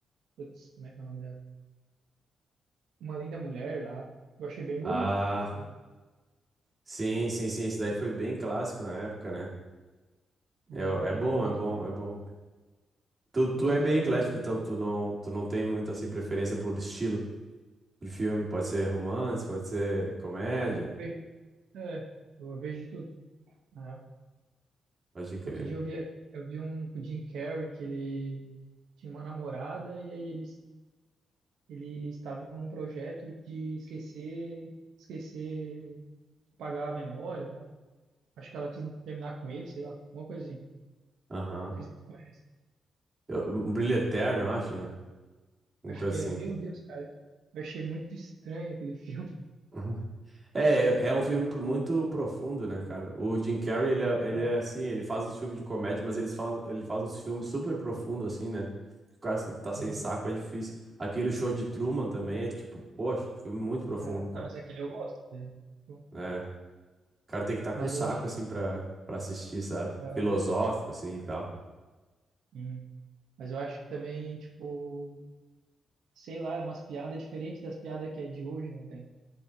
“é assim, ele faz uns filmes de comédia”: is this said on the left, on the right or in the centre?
Right